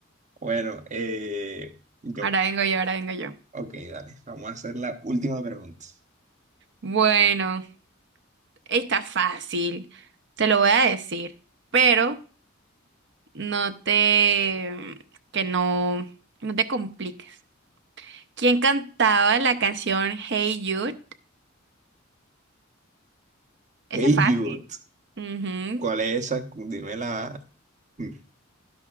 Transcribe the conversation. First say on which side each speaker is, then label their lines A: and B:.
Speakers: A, on the right (about 35°); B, on the right (about 60°).
A: Bueno, eh, yo
B: Ahora vengo yo, ahora vengo yo.
A: Ok, dale. Vamos a hacer la última pregunta.
B: Bueno. Está fácil, te lo voy a decir, pero no te, mm, que no, no te compliques. ¿Quién cantaba la canción Hey Jude? Esa
A: Hey
B: es fácil.
A: Jude,
B: Ujú.
A: ¿cuál es esa? Dime la. mm,